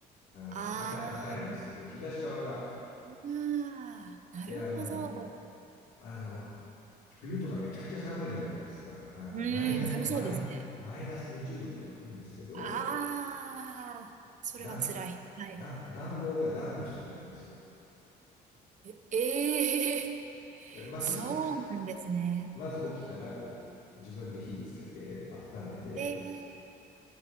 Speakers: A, on the left; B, on the right.
A: あの、
B: ああ。
A: 高、高いんですけど、東側が、
B: ああ、なるほど。
A: で、あの、
B: う
A: あの、冬とかめちゃくちゃ寒いじゃないですか。あの、
B: ーん、
A: マイナ、
B: 寒そうですね。
A: マイ、マイナス20度とか行くんですけど、
B: ああ、それは辛い。
A: だ、
B: はい。
A: だ、暖房が暖炉しかないんですよ。
B: え、ええ
A: だからまず、
B: <laughs> そうなんですね。
A: <laughs> まず起きたら、こう、自分で火つけて、温めて、
B: ええ